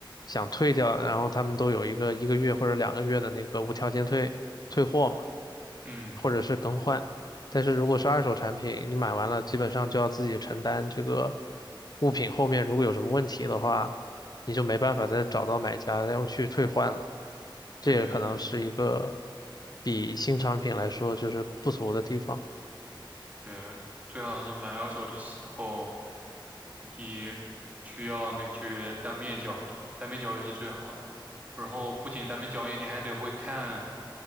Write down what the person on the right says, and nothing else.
嗯，
对。
对啊，最好是买二手的时候，你需要那个去当面交易，当面交易是最好的。然后不仅当面交易，你还得会看